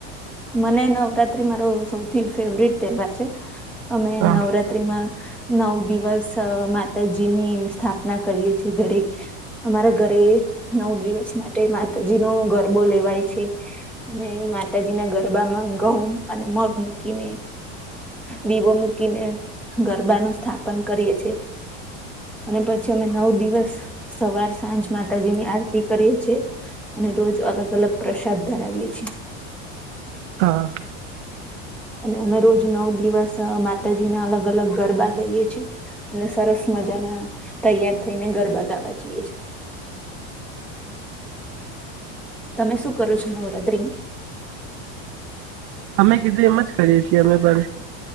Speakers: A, in the centre; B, on the right.
A: મને નવરાત્રી મારો સૌથી ફેવરટ તહેવાર છે અમે
B: હા
A: નવરાતત્રીમાં નવ દિવસ માતાજી ની સ્થાપના કરીએ છીએ ઘરે અમારા ઘરે નવ દિવસ માટે માતાજી નો ગરબો લેવાય છે અ માતાજી ના ગરબામાં ગઉં અને મગ મૂકીને દીવો મૂકીને ગરબાનું સ્થાપન કરીએ છે અને પછી અમે નવ દિવસ સવાર સાંજ માતાજી ની આરતી કરીએ છ છેીએ અને રોજ અલગ અલગ પ્રસાદ ધરાવીએ છીએ
B: હા
A: અને અમે રોજ નવ દિવસ માતાજી ના અલગ અલગ ગરબા ગાઈએ છે અને સરસ મજા ના તૈયાર થઈને ગરબા ગાવા જઈએ છે તમે શું કરો છો નવરાત્રીમા
B: અમે કીધું એમ જ ખાઈએ છીએ અમે પણ